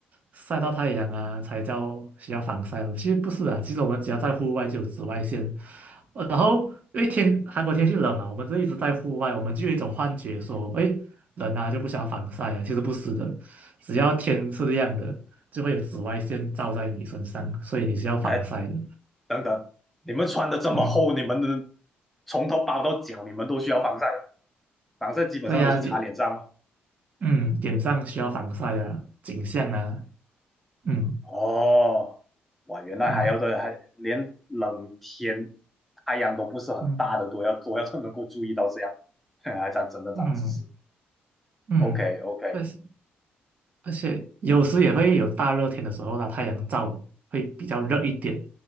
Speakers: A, on the right; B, in the centre.
A: 晒到太阳啊才叫需要防晒，其实不是的，其实我们只要在户外就有紫外线，呃然后因为天韩国天气冷啊，我们就一直在户外，我们就有一种幻觉说，哎，冷啊就不想要防晒啊，其实不是的，只要天是亮的，就会有紫外线照在你身上，所以你是要防晒的，
B: 呃，等等，你们穿的这么厚，
A: 嗯。
B: 你们的从头包到脚，你们都需要防晒，防晒基本上都是擦脸上嘛
A: 对呀，你嗯，脸上需要防晒啊，颈项啊，嗯
B: 哦，哇，原来还要的，
A: 嗯
B: 还连冷天太阳都不是很大的都要都要能够注意到这样，
A: 嗯
B: <laughs> 还长真的长知识。
A: 嗯嗯，
B: OK OK
A: 而且而且有时也会有大热天的时候啦，太阳照会比较热一点，